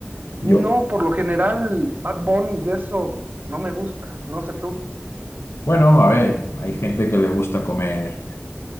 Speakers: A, on the right; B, on the left.
A: no,
B: Yo.
A: por lo general, Bad Bunny y eso no me gusta, no sé tú.
B: Bueno, a ver, hay gente que le gusta comer.